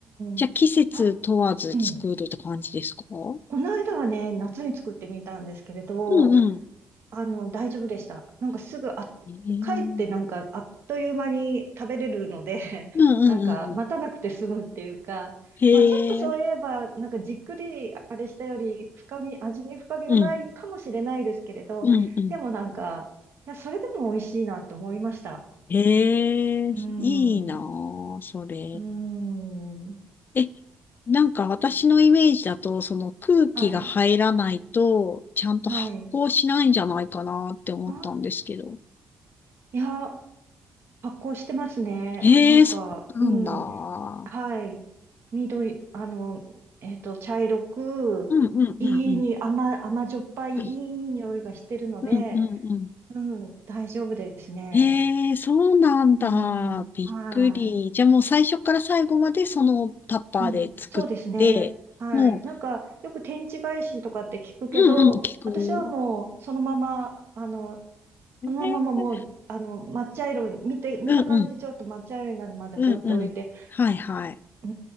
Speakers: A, on the left (about 45°); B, on the right (about 60°).
A: じゃあ季節問わず作るって感じですかうん
B: ん。あ、うん。この間はね、夏に作ってみたんですけれど、
A: うん。
B: あの、大丈夫でした。なんかすぐ、あ、
A: へえ。
B: 帰ってなんかあっという間に食べれるので <laughs>
A: うんうんうん。
B: なんか待たなくて済むっていうか、
A: へえ。
B: まあちょっとそういえば、なんかじっくりあれしたより深み、味に深みがないかもしれないですけれど、
A: うん。うんうん。
B: でもなんか、いや、それでも美味しいなと思いました。
A: へえ。
B: うーん、
A: いいな
B: う
A: あ、それ。
B: ーん、
A: え、なんか私のイメージだと、その空気が入らないと、
B: はい、
A: ちゃんと発酵しないんじゃないかなって思ったんですけど。
B: はい。あ、いや、発酵してますね。
A: へえ、
B: なんか、
A: そうなんだ。
B: うん。
A: う
B: はい。緑、あの、えっと、茶色く、
A: んうんうんうん。
B: いいに、甘、甘じょっぱいいい匂いがしてるので、
A: うんうんうんうん。
B: うん、大丈夫ですね。
A: ええそうなんだ。
B: うん、
A: びっくり。
B: はい。
A: じゃあもう最初から最後までそのタッパーで作って、
B: うん、そうですね。はい。
A: も
B: なんか、よく天地返しとかって聞くけど、
A: う、うんうん、聞く。
B: 私はもう、そのまま、あの、
A: ええ
B: そのままもう、あの、抹茶色、見て、見た感じ、
A: うんうん、
B: ちょっと抹茶色になるまで放っておいて、
A: うんうん。はいはい。
B: う